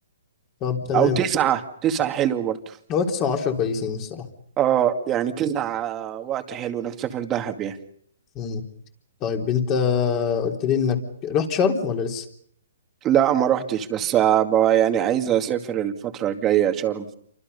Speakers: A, on the left (about 25°); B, on the right (about 20°).
A: طب تمام
B: او تسعة تسعة حلو برضو
A: هو تسعة وعشرة كويسين الصراحة
B: اه يعني تسعة وقت حلو نسافر دهب يعني
A: مم. طيب انت قلت لي انك رحت شرم ولا لسه؟
B: لا ما روحتش بس آه، بقى يعني عايز اسافر الفترة الجاية شرم